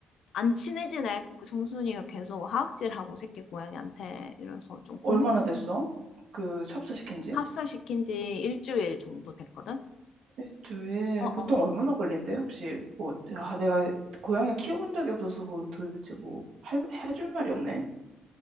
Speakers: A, on the left; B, on the right.
A: 안 친해지네. 그 정순이가 계속 하악질하고 새끼 고양이한테 이래서 좀
B: 얼마나
A: 고민이
B: 됐어? 그, 찹쌀 시킨 지?
A: 합사시킨 지 일주일 정도 됐거든?
B: 일주일,
A: 어어.
B: 보통 얼마나 걸린대? 혹시, 뭐, 아, 내가 고양이 키워본 적이 없어서 도대체 뭐, 할, 해줄 말이 없네.